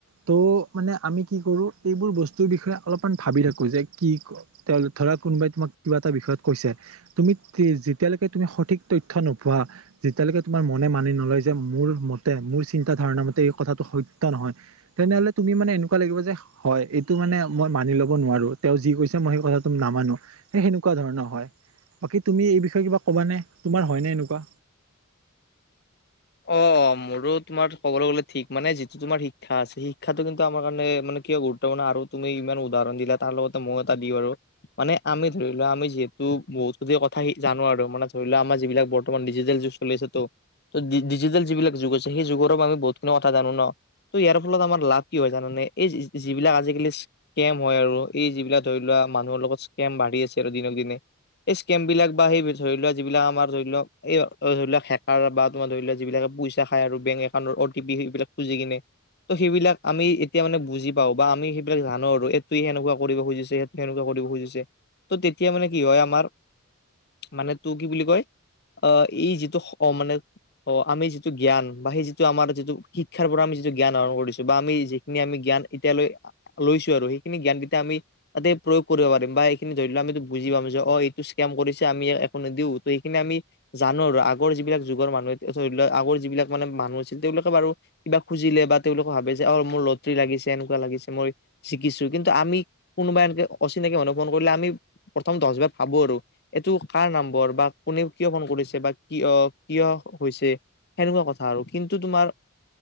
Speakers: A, on the right (about 80°); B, on the left (about 50°).
A: ত' মানে আমি কি কৰোঁ এইবোৰ বস্তুৰ বিষয়ে অলপমান ভাবি থাকোঁ যে কি তেওঁ ধৰা কোনোবাই তোমাক কিবা এটা বিষয়ত কৈছে। তুমি তে যেতিয়ালৈকে তুমি সঠিক তথ্য নোপোৱা। যেতিয়ালৈকে তোমাৰ মনে মানি নলয় যে মোৰ মতে মোৰ চিন্তাধাৰণা মতে এই কথাটো সত্য নহয়। তেনেহ'লে তুমি মানে এনেক কুৱা লাগিব যে হয় এইটো মানে মই মানি ল'ব নোৱাৰোঁ তেওঁ যি কৈছে মই সেই কথাটো নামানো। সেই সেনেকুৱা ধৰণৰ হয় বাকী তুমি এই বিষয়ে কিবা ক'বা নে তোমাৰ হয় নে এনেকুৱা?
B: অ', মোৰো তোমাৰ ক'বলৈ গ'লে ঠিক মানে যিটো তোমাৰ শিক্ষা আছে শিক্ষাটো কিন্তু আমাৰ কাৰণে মানে কিয় গুৰুত <unintelligible> আৰু তুমি ইমান উদাহৰণ দিলা তাৰ লগতে ময়ো এটা দিওঁ আৰু। মানে আমি ধৰি লোৱা আমি যিহেতু বহুতখিনি কথা জানো আৰু। মানে ধৰি লোৱা আমাৰ যিবিলাক বৰ্তমান ডিজিটেল যু শুনিছোঁ টো। ত' ডি ডিজিটেল যিবিলাক যুগ আছে। সেই যুগৰ আমি বহুতখিনি কথা জানো ন। ত' ইয়াৰ ফলত আমাৰ লাভ কি হয় জানানে? এই যিবিলাক আজিকালি কেম হয় আৰু এই যিবিলাক ধৰি লোৱা মানুহৰ লগত স্কেম বাঢ়ি আছে আৰু দিনক দিনে। এ স্কেম বিলাক বা সেই ধৰি লোৱা যিবিলাক আমাৰ ধৰি লওক এই ধৰি লওক হেকাৰ বা তোমাৰ ধৰিলোৱা যিবিলাকে পইচা খায় আৰু বেংক একাউণ্টৰ অ'টি পি সেইবিলাক খুজি কিনে। ত' সেইবিলাক আমি এতিয়া মানে বুজি পাওঁ বা আমি সেইবিলাক জানো আৰু এইটোৱে সেনেকুৱা কৰিব খুজিছে। সেনেকুৱা কৰিব খুজিছে। ত' তেতিয়া মানে কি হয় আমাৰ মানে তো কি বুলি কয়? অ এই যিটো অ মানে অ। আমি যিটো জ্ঞান বা সেই যিটো আমাৰ যিটো শিক্ষাৰ পৰা আমি যিটো জ্ঞান আহৰণ কৰিছো বা আমি যি খিনি আমি জ্ঞান এতিয়ালৈ লৈছোঁ আৰু। সেইখিনি জ্ঞান গিতা আমি তাতে প্ৰয়োগ কৰিব পাৰিম বা এইখিনি ধৰি লোৱা আমি বুজি পাম যে অ, এইটো স্কেম কৰিছে আমি একো নিদিওঁ ত এইখিনি আমি জানো আৰু। আগৰ যিবিলাক যুগৰ মানুহে ধৰি লওক আগৰ যিবিলাক মানে মানুহ আছিল। তেওঁলোকে বাৰু কিবা খুজিলে বা তেওঁলোকে ভাবে যে অ, মোৰ লটৰী লাগিছে এনেকুৱা লাগিছে মই শিকিছোঁ কিন্তু আমি কোনোবা এনেকে অচিনাকি মানুহ ফোন কৰিলে আমি প্ৰথম দহবাৰ ভাবো আৰু। এইটো কাৰ নম্বৰ বা কোনে কিয় ফোন কৰিছে বা কিয় কিয় কৈছে? সেনেকুৱা কথা আৰু। কিন্তু তোমাৰ